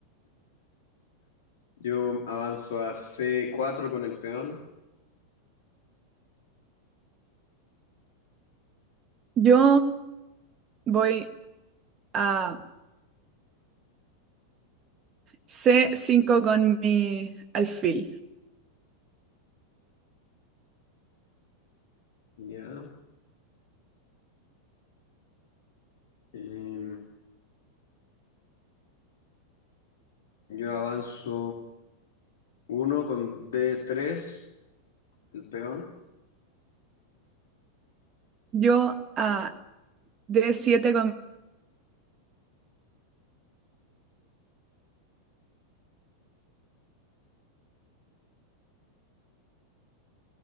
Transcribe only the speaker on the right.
Yo voy a C5 con mi alfil.
Yo a D7 con...